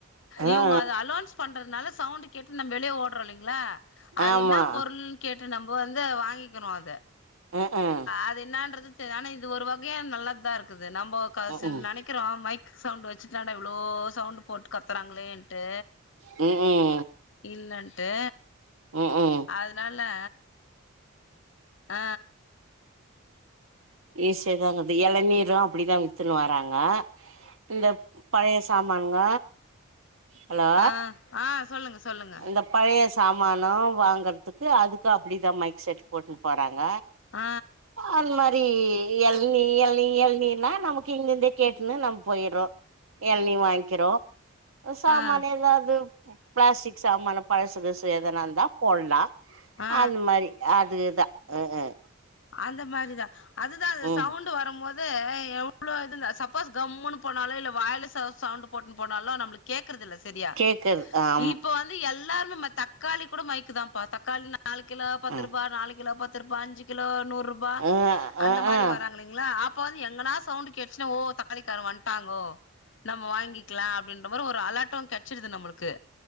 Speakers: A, on the left (about 65°); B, on the right (about 80°).
A: இவுங்க
B: ஆ
A: அது அலோன்ஸ் பண்றதுனால சவுண்ட் கேட்டு நம்ம வெளிய ஓடுறோ இல்லீங்களா அது
B: ஆமா
A: என்னா பொருள் கேட்டு நம்ம வந்து வாங்கிக்கிறோ அது
B: அஹ்ஹ
A: அது என்னான்றது த்து ஆனா இது ஒரு வகையா நல்லா தா இருக்குது நம்போ காசு
B: ம்ஹூம்
A: சில நெனைக் விக்கிறோ மைக் சவுண்ட் வச்சுட்டுலாண்டு இவ்ளோ சவுண்டு போட்டு கத்துறாங்களேன்ட்டு
B: ம்
A: இல்லண்ட்டு
B: ம்ஹூம்
A: அதுனால அ
B: ஈஸியாதாங்குது எளநீரு அப்டிதா வித்துன்னு வராங்க இந்த பழைய சாமானுங்க ஹலோ
A: அ ஆ சொல்லுங்க சொல்லுங்க
B: இந்த பழைய சாமானு வாங்குறதுக்கு அதுக்கு அப்டிதா மைக் செட் போட்டுட்டு போறாங்க
A: ஆ
B: அந்த மாரி எளநீ எளநீ எளநீனா நமக்கு இங்கிருந்தே கேட்டுன்னு நம்ம போயிற்றோ எள்னி வாங்கிறோ சாமானு
A: ஆ
B: எதாவுது பிளாஸ்டிக் சாமா பழசு கிழசு எதனா இருந்தா போல்லா
A: ஆ
B: அது மாரி அதுதா அ
A: அந்த மாரிதா அதுதா அது
B: ம்
A: சவுண்ட் வரு போது எவ்ளோ இதுல சத் சப்போஸ் கம்முன்னு போனாலோ இல்ல வாயல சவுண்ட் போட்டுனு போனாலோ நம்மளுக்கு கேக்குறது இல்ல செரியா
B: கேக்குறது ஆ
A: இப்ப வந்து எல்லாருமே தக்காளி கூட மைக்கு தாப்பா தக்காளி நாலு கிலோ பத்து
B: ம்
A: ரூபா நாலு கிலோ பத் து ரூபா அஞ்சு கிலோ நூறு ரூபா
B: ஆ
A: அந்த
B: ஆ
A: மாரி
B: ஆ
A: வராங்களீங்களா அப்ப வந்து எங்கனா சவுண்ட் கேச்சுன்னா ஓ தக்காலி காரே வன்ட்டாங்கோ நம்ம வாங்கிக்கலா அப்டின்ற மாரி ஒரு அலாட்டொ கெச்சிடுது நம்மளுக்கு